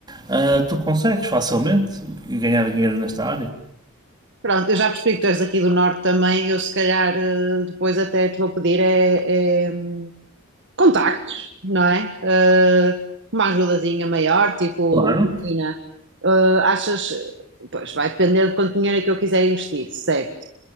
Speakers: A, on the right; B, on the right.
A: ah, tu consegues facilmente ganhar dinheiro nesta área.
B: Pronto, eu já percebi que tu és aqui do norte também, eu se calhar eh, depois até te vou pedir é, é, contactos, não é? Eh, uma ajudazinha maior, tipo,
A: Claro.
B: imagina, eh, achas, pois vai depender de quanto dinheiro é que eu quiser investir, certo?